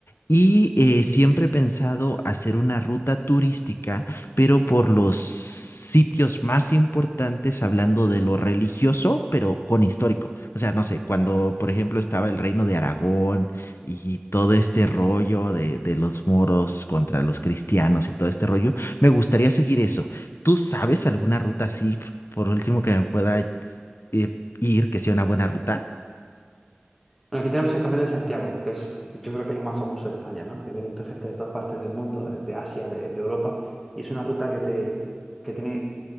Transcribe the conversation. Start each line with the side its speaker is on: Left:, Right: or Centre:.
Left: y eh, siempre he pensado hacer una ruta turística, pero por los sitios más importantes, hablando de lo religioso, pero con histórico. O sea, no sé, cuando, por ejemplo, estaba el reino de Aragón y todo este rollo de, de los moros contra los cristianos y todo este rollo, me gustaría seguir eso ¿Tú sabes alguna ruta así, f- por último, que me pueda eh, ir, que sea una buena ruta?
Centre: Bueno, aquí tenemos el Camino de Santiago, que es, yo creo que es lo más famoso de España, ¿no? Que vienen gente de todas partes del mundo, de, de Asia, de, de Europa, y es una ruta que te, que tiene